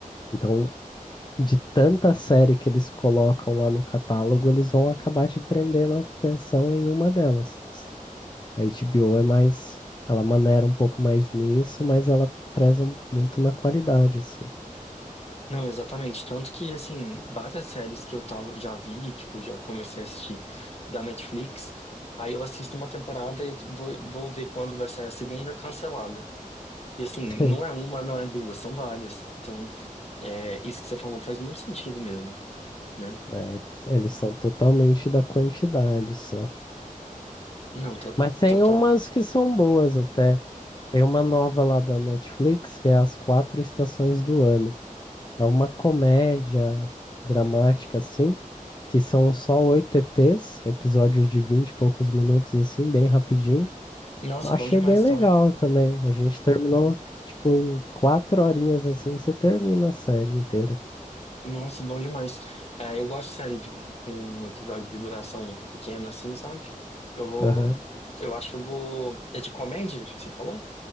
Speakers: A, on the left; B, on the left.
A: Então, de tanta série que eles colocam lá no catálogo, eles vão acabar te prendendo a atenção em uma delas. A HBO é mais, ela maneira um pouco mais nisso, mas ela preza muito na qualidade, assim.
B: Não, exatamente. Tanto que, assim, várias séries que eu tava, já vi, tipo, já comecei a assistir da Netflix, aí eu assisto uma temporada e vou, vou ver quando vai sair a segunda cancelada. E, assim,
A: <laughs>
B: não é uma, não é duas, são várias. Então, é, isso que você falou faz muito sentido mesmo, né?
A: É, eles, eles são totalmente da quantidade, só.
B: Não, to-
A: Mas tem
B: total.
A: umas que são boas até. Tem uma nova lá da Netflix que é As Quatro Estações do Ano. É uma comédia dramática, assim, que são só oito EPs, episódios de vinte e poucos minutos, assim, bem rapidinho.
B: Nossa,
A: Eu Achei
B: bom demais,
A: bem legal
B: então.
A: também. A gente terminou, tipo, em quatro horinhas, assim, você termina a série inteira.
B: Nossa, bom demais. É, eu gosto de série de- com um episódio de duração pequena, assim, sabe? Eu vou.
A: Aham.
B: Eu acho que eu vou. É de comédia que você falou?